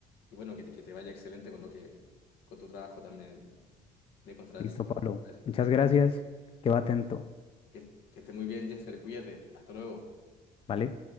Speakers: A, on the left; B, on the left.
A: y bueno, que te, que te vaya excelente con lo que, con tu trabajo también. de contratista.
B: Listo, Pablo.
A: Me parece perfecto.
B: Muchas gracias, quedo atento,
A: Que, que esté muy bien, Jeffer. Cuídate. Hasta luego.
B: ¿vale?